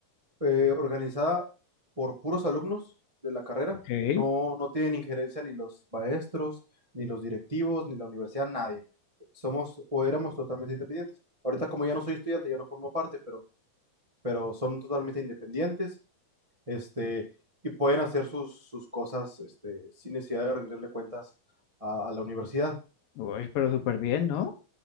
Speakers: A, on the right (about 20°); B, on the left (about 70°).
A: eh, organizada por puros alumnos de la carrera.
B: Ok,
A: No, no tienen injerencia ni los maestros, ni los directivos, ni la universidad, nadie. Somos o éramos totalmente independientes. Ahorita como yo no soy estudiante, yo no formo parte, pero, pero son totalmente independientes, este, y pueden hacer sus, sus cosas, este, sin necesidad de rendirle cuentas a, a la universidad.
B: uy, pero súper bien, ¿no?